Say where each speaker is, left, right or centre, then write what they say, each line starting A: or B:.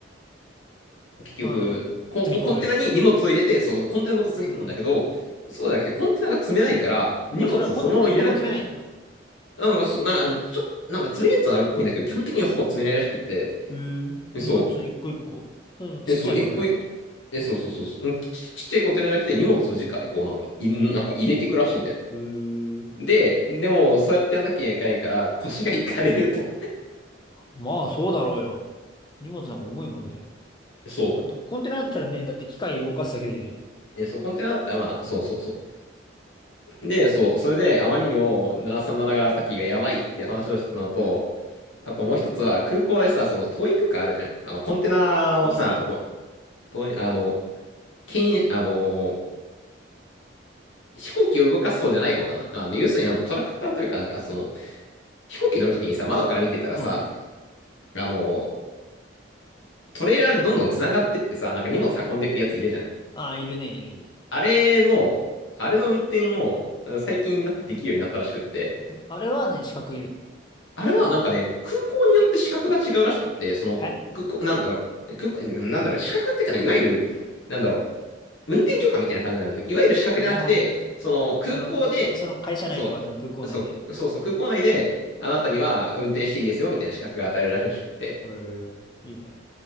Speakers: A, on the left; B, on the left.
A: 結局、
B: まあ、あの、
A: コ、
B: 積み込む。
A: ココンテナに荷物を入れて、そう、コンテナごと積み込むんだけど、
B: それ、
A: そうじゃなくて、コンテナが積めないから、荷物をそのまま入れなきゃらしい。
B: あ、それは本当に一個も詰めないの
A: なんか、そう、なんか、ちょっと、なんか詰めるやつはあるっぽいんだけど、基本的にはほぼ詰めないらしくって。
B: へえ。荷物一個一個それもちっちゃいコンテナってこと
A: そう。え、そう、一個一個、え、そうそうそうそう、うん、ち、ちっちゃいコンテナじゃなくて荷物を直でこうなんか、い、なんか入れてくらしいんだよ。
B: へえ。
A: で、でもそうやってやんなきゃいけないから腰がいかれると。
B: まあ、そうだろうよ。荷物なんか重いもんね。
A: <laughs> そ
B: まあコンテナだったらね、だって機械動かすだけでいいのに。
A: う。え、そう、コンテナだったらまあ、そうそうそう。で、そう、それであまりにも737型機がタキがやばいっていう話をしてたのと、あともう一つは空港でさ、そのトーイングカーあるじゃん。あの、コンテナをさ、
B: ボーイングか。
A: どこトーインあの、牽引、あの、飛行機を動かす方じゃない方だな。あの、要するにあのトラクターというかなんかその、飛行機乗るときにさ、窓から見てたらさ、
B: うん。
A: あの、トレーラーでどんどん繋がってってさ、なんか荷物運んでいくやついるじゃん。
B: ああ、いるね、いる、い
A: あれの、あれの運転を最近になってできるようになったらしくって、
B: る。あれはね、資格いるの。
A: あれはなんかね、空港によって資格が違うらしくって、その、
B: え
A: 空港、なんだろう、空港、なんだろう、資格っていうかね、いわゆる、なんだろう、運転許可みたいな感じなの。いわゆる資格じゃなくて、
B: あ、なるほどね。
A: その、空港で、
B: その、がその会社内とかその空港内で。
A: そう、そう、そうそう、空港内で、あなたには運転していいですよ、みたいな資格が与えるらしくって。
B: へえ、いいね。